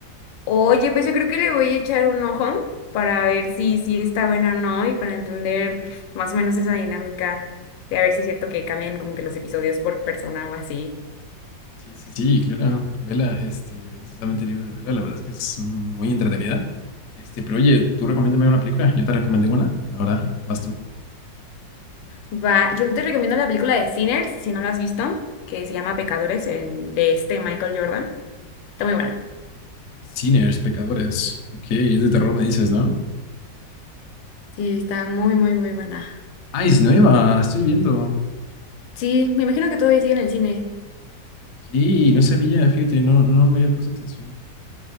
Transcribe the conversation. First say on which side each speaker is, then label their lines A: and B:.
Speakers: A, on the left; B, on the left.
A: Oye, pues yo creo que le voy a echar un ojo para ver si, si está bueno o no y para entender más o menos esa dinámica de a ver si es cierto que cambian como que los episodios por persona o así.
B: Sí, sí, sí, claro, vela, este, eres totalmente libre de verla, la verdad es que es muy entretenida. Este, pero oye, tú recomiéndame una película, yo te recomendé una, ahora vas tú.
A: Va, yo te recomiendo la película de Sinners, si no la has visto, que se llama Pecadores, en- de este Michael Jordan. Está muy buena.
B: Sinners, pecadores, ok, es de
A: Ujú.
B: terror me dices, ¿no?
A: Sí, está muy, muy, muy buena.
B: Ah, es nueva, estoy viendo.
A: Sí, me imagino que todavía sigue en el cine.
B: Ok, no sabía, fíjate, no, no me había puesto atención.